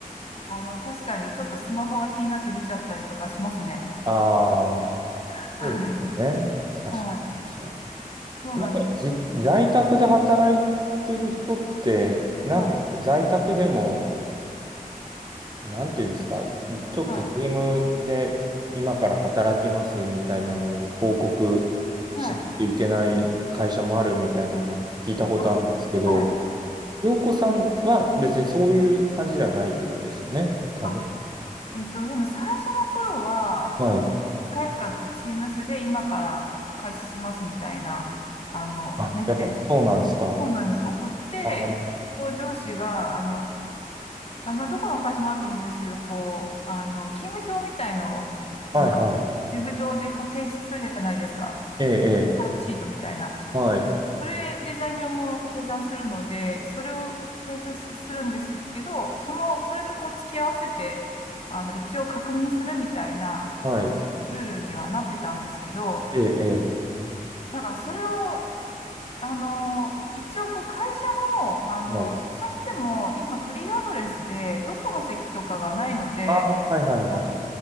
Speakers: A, on the left; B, on the right.
A: あの、確かにちょっとスマホが気になって見ちゃったりとかしますね。
B: ああ、
A: <laughs> はい。
B: そうですよね。確か確か
A: はい。そうなんです。
B: に。なんかじ、在宅で働いてる人って、なんか在宅でも、
A: はい。
B: なんていうんですか、ちょっと
A: は
B: Zoom で今から働きますみたいなのを報告しないといけない会社もあるみたいなのを聞いたことあるんですけど、
A: い。はい。あー、はい。
B: 洋子さんは別にそういう感じではないってことですよね、多分。
A: あ、えっと、でも最初の頃は、
B: はい。
A: 一回かこう、Teams で今から開始しますみたいな、あの、
B: あ、
A: メッセージも、
B: やっぱそうなんですか。
A: そうなんです。送って、
B: あー
A: 一応上司が、あの、あ、まあ、どこの会社もあると思うんですけど、こう、あの、勤務表みたいのを、
B: はいはい。
A: あの、ウェブ上でこう提出するじゃないですか。
B: ええ、ええ、
A: タイムシートみたいな。
B: はい、
A: それで残業も計算するので、それを提出すするんですけど、その、それとこう付き合わせて、あの、一応確認するみたいな、
B: はい、
A: あの、ルールにはなってたんですけど、
B: ええ、え
A: だからそれを、あの、一応こう会社も、あの、
B: え、はい。
A: 出社しても、今フリーアドレスで、どこの席とかがないので、
B: ああ、はいはいはい。
A: あ